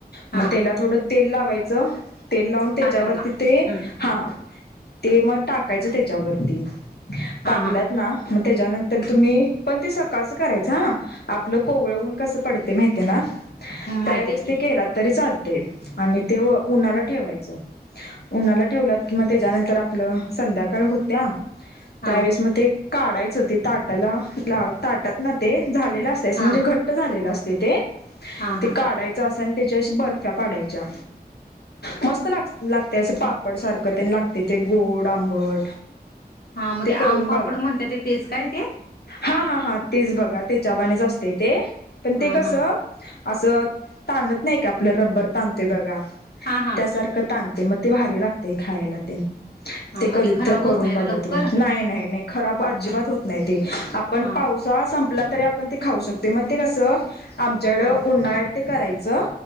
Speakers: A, on the left; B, on the left.
A: हा
B: मग त्याला थोडं तेल लावायचं, तेल लावून त्याच्यावरती
A: ताटांना
B: ते.
A: हम्म
B: हा, ते मग टाकायचं त्याच्यावरती, टाकल्यात
A: हा हा
B: ना. म तेच्यानंतर तुमी पनते सकाळचं करायचं हां. आपलं कोवळ ऊन कसं पडते म्हैतेना,
A: हम्म माहित
B: त्यावेेळेस
A: आहे की
B: ते केलात तरी चाल तय आणि ते उनाला ठेवायच, उनाला ठेवलात किम त्याच्यानंतर आपलं संध्याकाळ होत्या,
A: हा
B: त्यावेळेस म ते. काडायचं ते ताटाला ला ताटात ना ते झालेलं असतेस
A: हा
B: म्हंजे घट् ट्ट झालेल असतेते
A: हा हा
B: ते काढाय च असन तेची अशी बर्फ्या पाडायच्या मस्त ला लागतयं असं पाप बट सारख तेन लागतय ते गोड, आंबट.
A: हां मते
B: ते करून
A: आमपापड म्हंत्याते तेच काय ते?
B: हां हां हां तेच बगा तेच्यावानीच असते ते पन
A: हा
B: ते कसं
A: हा
B: असं तानत नइका आपलं रबर तानतोय बगा
A: हा हा
B: त्यासार क तानते मते भारी लागते खायला ते.
A: हा
B: ते
A: मग
B: कधीत्तर
A: खराब होत
B: करून
A: नाही ना
B: बगा
A: लवकर
B: तुम्ही नाय नाय नाय खराब अज्जीबात होत नायते आपण
A: हा
B: पावसाळा संपला तरी आपन ते खाऊ शकतोय मते कसं. आमच्याकड
A: हा
B: उन्नाळ्यात ते करायचं